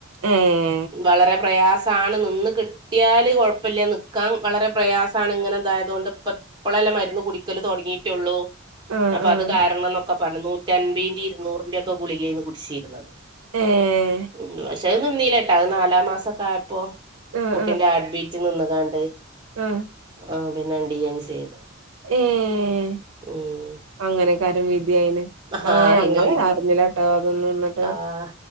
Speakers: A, on the right; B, on the right.
A: ഏഹ്
B: വളരെ പ്രയാസാണ് നിന്ന് കിട് ട്ടിയാല് കൊഴപ്പയില്ലാ നിക്കാൻ വളരെ പ്രയാസാണ് ഇങ്ങനെതായതുകൊണ്ട് ഇപ്പ ഇപ്പളല്ലേ മരുന്ന് കുടിക്കല് തൊടങ്ങിയിറ്റുള്ളൂ
A: ആഹ്
B: അപ്പൊ
A: ആഹ്
B: അത് കാരണന്നൊക്കെ പറഞ്ഞു നൂറ്റൻമ്പിയിന്റെ ഇരുന്നൂറിന്റെയൊക്കെ ഗുളിഗേരുന്നു കുടിച്ചീരുന്നത്
A: ഏഹ്
B: ഉം പക്ഷെ അത് നിന്നീലാട്ടാ അത് നാലാം മാസൊക്കെ ആയപ്പോ
A: ആഹ്
B: കുട്ടിന്റെ ഹാഡ്ബീറ്റ് നിന്ന്ങ്ങാണ്ട്
A: ഉം
B: ആഹ് പിന്നെ ഡി എൻ സി ചെയ്ത്
A: ഏഹ്
B: ഉം
A: അങ്ങനെക്കാരം വിധി ആയിന്
B: ആ
A: ഏഹ്
B: അയിന്റെ
A: ഞങ്ങള്
B: വിധി
A: അറിഞ്ഞില്ലാട്ടോ ഇതൊന്നും ഇന്നട്ട്
B: ആഹ്